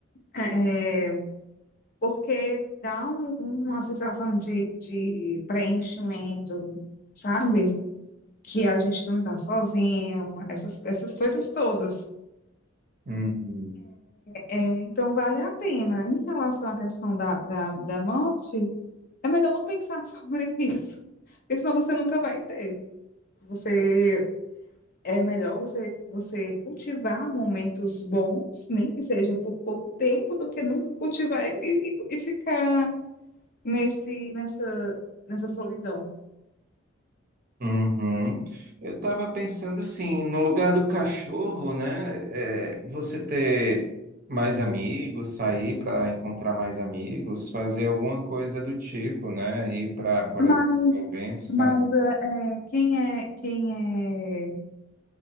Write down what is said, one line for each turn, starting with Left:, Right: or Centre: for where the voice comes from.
Left: é, é, porque dá um- uma sensação de, de preenchimento, sabe? Que a gente não está sozinho, essas, essas coisas todas.
Right: Uhum.
Left: É, então, vale a pena. Em relação à questão da, da, da morte, é melhor não pensar <laughs> sobre isso, porque senão você nunca vai ter. Você É melhor você, você cultivar momentos bons, nem que seja por pouco tempo, do que nunca cultivar e, e- e ficar nesse, nessa, nessa solidão.
Right: Uhum. Eu estava pensando assim, no lugar do cachorro, né? é, você ter mais amigos, sair para encontrar mais amigos, fazer alguma coisa do tipo, né? Ir para, por
Left: Mas,
Right: exemplo, eventos.
Left: mas é, quem é, quem é,